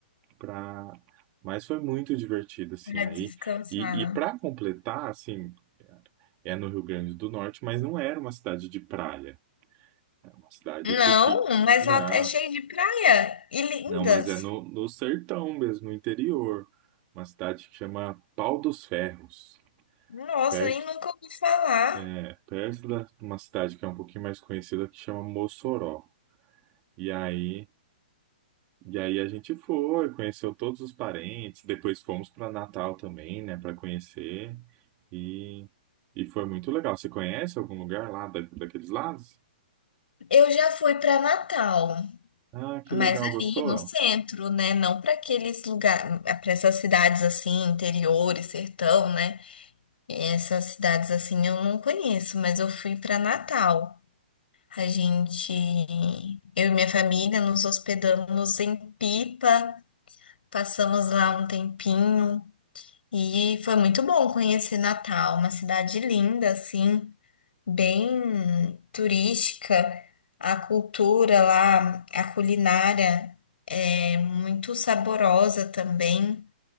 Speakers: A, on the right; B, on the left.
A: para mas foi muito divertido assim
B: para
A: aí.
B: descansar.
A: E, e para completar, assim, é é no Rio Grande do Norte, mas não era uma cidade de praia, é uma cidade
B: Não,
A: que fica, não,
B: mas lá é cheio de praia e lindas.
A: não, mas é no, no sertão mesmo, no interior, uma cidade que chama Pau dos Ferros.
B: Nossa,
A: Perto,
B: nem nunca ouvi falar.
A: é perto da uma cidade que é um pouquinho mais conhecida que chama Mossoró. E aí, E aí a gente foi, conheceu todos os parentes, depois fomos para Natal também, né, para conhecer. E, e foi muito legal. Você conhece algum lugar lá da, daqueles lados?
B: Eu já fui para Natal.
A: Ah, que
B: Mas
A: legal,
B: ali
A: gostou?
B: no centro, né? Não para aqueles lugares, para essas cidades assim, interiores, sertão, né? Essas cidades assim eu não conheço, mas eu fui para Natal. A gente, eu e minha família, nos hospedamos em Pipa, passamos lá um tempinho e foi muito bom conhecer Natal, uma cidade linda assim bem turística, a cultura lá, a culinária é muito saborosa também.